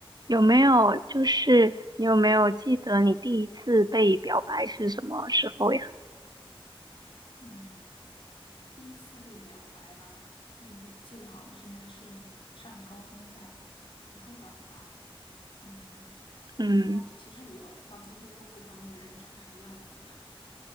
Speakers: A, on the right (about 45°); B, on the left (about 60°).
A: 有没有就是你有没有记得你第一次被表白是什么时候呀？
B: 嗯，第一次被表白啊，那个我记得好像是应该是上高中在图书馆吧，嗯，
A: 嗯
B: 然后其实我到今天都不知道那个人长什么样子，<laughs>